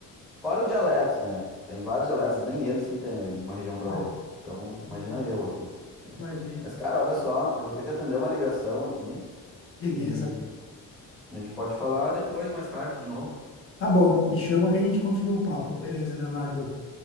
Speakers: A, in the centre; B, on the left (about 40°).
A: fora os dialetos, né? Tem vários dialetos, nem eles se entendem de uma região para
B: Ah,
A: outra. Então, imagina
B: não,
A: eu aqui.
B: imagina.
A: Mas, cara, olha só, eu vou ter que atender uma ligação aqui
B: Beleza.
A: e a gente pode falar depois, mais tarde, de novo.
B: Tá bom, me chama que a gente continua o papo. Beleza, Leonardo.